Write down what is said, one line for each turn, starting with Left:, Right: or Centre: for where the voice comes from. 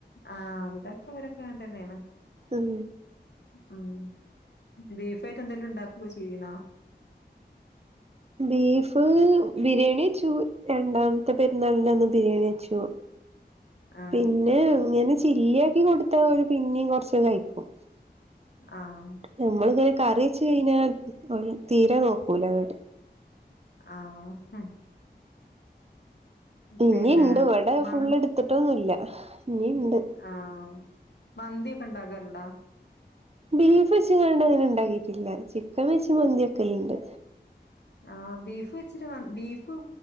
Left: ആഹ് ഇവിടൊക്കെ ഇവരൊക്കെ അങ്ങൻതന്നേണ്.
Right: ഉം
Left: ഉം ബീഫായിട്ട് എന്തേലും ഉണ്ടാക്കുക ചെയ്തീന്നോ?
Right: ബീഫ് ബിരിയാണി വെച്ചു. രണ്ടാമത്തെ പെരുന്നാളിന്റെന്ന് ബിരിയാണി വെച്ചു.
Left: ആ
Right: പിന്നെ ഇങ്ങനെ ചില്ലിയാക്കി കൊടുത്താ ഓര് പിന്നിം കൊറച്ചൊക്കെ കയ്ക്കും.
Left: ആഹ്.
Right: നമ്മളിങ്ങനെ കറിച്ച് കഴിഞ്ഞാൽ, ഓര് തീരെ നോക്കൂല അങ്ങോട്ട്.
Left: ആഹ്ം
Right: ഇഞ്ഞിണ്ട്
Left: പിന്നെ
Right: ഇവടെ
Left: മന്
Right: ഫുളള് ട്ത്തിട്ടൊന്നുല്ല ഇനിണ്ട്.
Left: ആഹ് മന്തിക്കെ ണ്ടാക്കാറുണ്ടോ?
Right: ബീഫ് വെച്ച്ങ്ങാണ്ട് അങ്ങനെ ണ്ടാക്കീട്ടില്ല. ചിക്കൻ വെച്ച് മന്തി വെക്കേലീണ്ട്.
Left: ആഹ് ബീഫ് വെച്ചിട്ട് മ ബീഫ്